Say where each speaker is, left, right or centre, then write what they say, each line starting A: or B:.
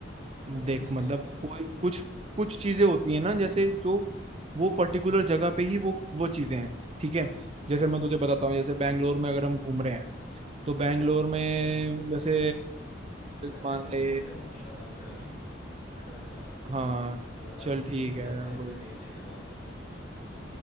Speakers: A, on the left; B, on the right.
A: ओपन
B: देख
A: है
B: मतलब
A: क्या ओपन
B: कोई कुछ कुछ चीजें होती है ना जैसे जो वो पर्टिकुलर जगह पे ही वो वो चीजें हैं ठीक है जैसे मैं तुझे बताता हूँ जैसे बैंगलोर में अगर हम घूम रहे हैं तो बैंगलोर में जैसे
A: अरे बैंगलोर
B: मान ले
A: छोड़ दे ऊटी का बात कर अभी उल्टा उल्टा मत घूम
B: हाँ
A: ये बता
B: चल
A: मुझे
B: ठीक
A: कि
B: है
A: कैफे
B: वही
A: वैफे देख लेंगे वहां पे उसको छोड़ दे